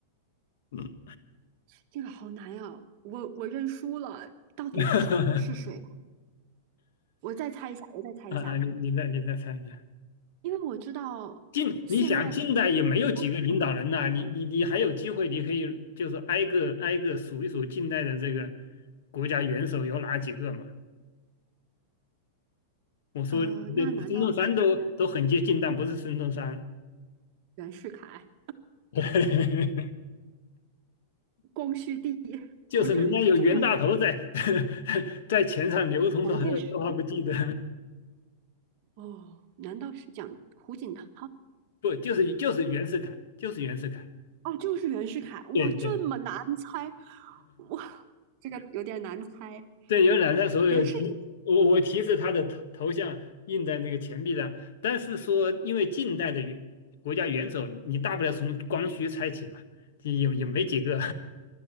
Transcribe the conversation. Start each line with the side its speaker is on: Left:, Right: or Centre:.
Left: 嗯，
Right: 这个好难呀，我我认输了，
Left: <laughs>
Right: 是谁？我再猜一下，我再猜一下，
Left: 啊啊！你你再你再猜一下，
Right: 因为我知道现代人民币都是用毛泽东，
Left: 近你想近代也没有几个领导人呐、你你你还有机会，你可以就是挨个挨个数一数近代的这个国家元首有哪几个嘛？我说这
Right: 呃，那难道是
Left: 孙中山都都很接近，但不是孙中山，
Right: 袁世凯、
Left: <laughs>
Right: 光绪帝？
Left: 就是人家有袁大头在
Right: 不是这么有
Left: <laughs> 在钱上流通，
Right: 蒋介石
Left: 的，还有都还不记得，
Right: 哦？难道是蒋胡锦涛？
Left: <laughs> 不就是就是袁世凯，就是袁世凯，
Right: 哦，就是袁世凯。
Left: 对对。
Right: 哇，这么难猜，哇，这个有点难猜。
Left: 对，有染色所有提我我提示他的头头像印在那个钱币上，
Right: 袁世
Left: 但是说因为近代的元国家元首，你大不了从光绪猜起嘛，也也没几个，